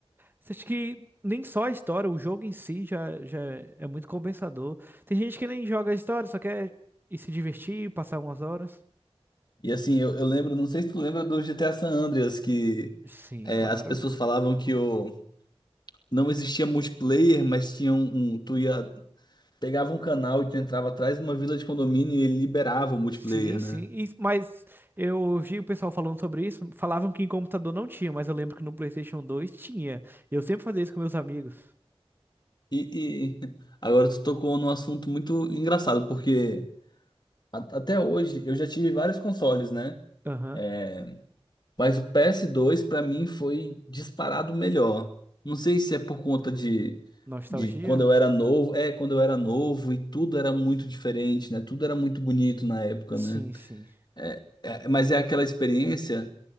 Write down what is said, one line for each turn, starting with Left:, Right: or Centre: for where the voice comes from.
Right: Você acha que nem só a história, o jogo em si já, já é muito compensador. Tem gente que nem joga a história, só quer ir se divertir, passar umas horas.
Left: E assim, eu, eu lembro, não sei se tu lembra do GTA San Andreas, que
Right: Sim,
Left: é,
Right: claro.
Left: as pessoas falavam que o, não existia multiplayer, mas tinha um, um- Tu ia. Pegava um canal e tu entrava atrás de uma vila de condomínio e ele liberava o multiplayer,
Right: Sim,
Left: né?
Right: sim. E- mas eu vi o pessoal falando sobre isso. Falavam que em computador não tinha, mas eu lembro que no PlayStation dois tinha. Eu sempre fazia isso com meus amigos.
Left: E, e <laughs> agora tu tocou num assunto muito engraçado, porque a- até hoje eu já tive vários consoles, né?
Right: Aham.
Left: É, Mas o PS2 pra mim foi disparado melhor. Não sei se é por conta de,
Right: Nostalgia?
Left: de quando eu era novo, é, quando eu era novo e tudo era muito diferente, né? Tudo era muito bonito na época,
Right: Sim,
Left: né?
Right: sim.
Left: É, é- mas é aquela experiência